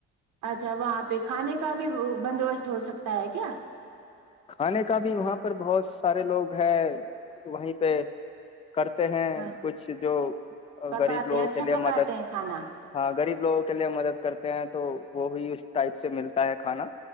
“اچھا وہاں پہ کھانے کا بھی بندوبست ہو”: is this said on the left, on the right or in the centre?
Right